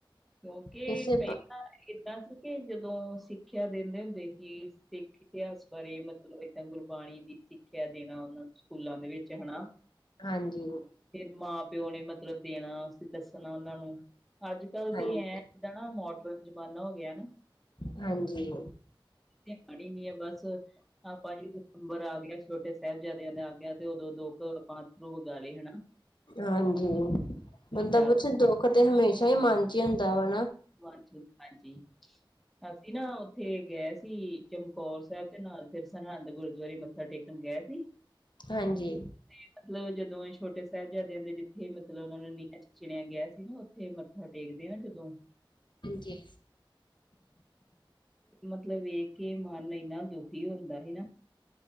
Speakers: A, in the centre; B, on the left.
A: ਕਿਉਂਕਿ
B: ਕਿਸੇ
A: ਪਹਿਲਾਂ ਏਦਾਂ ਸੀ, ਕਿ ਜਦੋਂ ਸਿੱਖਿਆ ਦਿੰਦੇ ਹੁੰਦੇ ਹੀ। ਸਿੱਖ ਇਤਿਹਾਸ ਬਾਰੇ ਮਤਲਬ, ਇਦਾਂ ਗੁਰਬਾਣੀ ਦੀ ਸਿੱਖਿਆ ਦੇਣਾ, ਉਹਨਾਂ ਨੂੰ ਸਕੂਲਾਂ ਦੇ ਵਿੱਚ ਹੈਨਾ।
B: ਹਾਂਜੀ।
A: ਫਿਰ ਮਾਂ ਪਿਓ ਨੇ ਮਤਲਬ ਦੇਣਾ, ਦੱਸਣਾ ਉਹਨਾਂ ਨੂੰ, ਅੱਜ ਕੱਲ੍ਹ
B: ਹਾਂਜੀ
A: ਤੇ ਐ ਬੜਾ, ਮੋਡਰਨ ਜ਼ਮਾਨਾ ਹੋ ਗਿਆ ਨਾ।
B: ਹਾਂਜੀ।
A: ਹਲੇ ਨਹੀ ਐ ਬਸ। <unintelligible> ਹਾਂ। ਭਾਜੀ ਦਸੰਬਰ ਆ ਗਿਆ, ਛੋਟੇ ਸਾਹਿਬਜ਼ਾਦਿਆਂ ਦੇ ਆ ਗਿਆ, ਤੇ ਉਦੋਂ ਦੋ ਆਪ ਅੱਥਰੂ ਵਗਾ ਲਏ ਹੈਨਾ।
B: ਹਾਂਜੀ, ਬੰਦਾ
A: ਯਾਦ
B: ਪੁਛ ਦੁੱਖ ਤੇ ਹਮੇਸ਼ਾ ਹੀ ਮਨ ਚ ਹੁੰਦਾ ਵਾ।
A: <inaudible> ਅਸੀਂ ਨਾ ਉੱਥੇ ਗਏ ਸੀ, ਚਮਕੌਰ ਸਾਹਿਬ ਤੇ ਨਾਲ, ਫਿਰ ਸਰਹਿੰਦ ਗੁਰਦੁਆਰੇ ਮੱਥਾ ਟੇਕਣ <unintelligible>
B: ਹਾਂਜੀ।
A: ਤੇ ਮਤਲਬ ਜਦੋਂ ਛੋਟੇ ਸਾਹਿਬਜ਼ਾਦਿਆਂ ਦੇ ਜਿੱਥੇ ਮਤਲਬ ਉਨਾਂ ਨੂੰ ਨੀਆਂ ਚ ਚਿਣਿਆ ਗਿਆ ਸੀ ਨਾ ਉਥੇ ਮੱਥਾਂ ਟੇਕਦੇ ਨਾ ਜਦੋਂ
B: ਹਾਂਜੀ
A: ਮਤਲਬ ਵੇਖ ਕੇ ਮਨ ਇੰਨਾ ਦੁਖੀ ਹੁੰਦਾ ਸੀ ਨਾ।